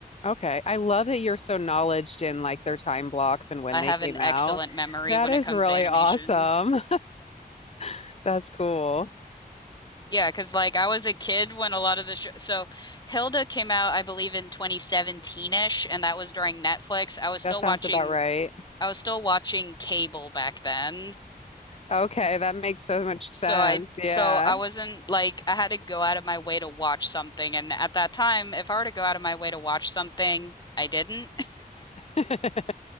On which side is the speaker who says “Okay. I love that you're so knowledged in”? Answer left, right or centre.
Left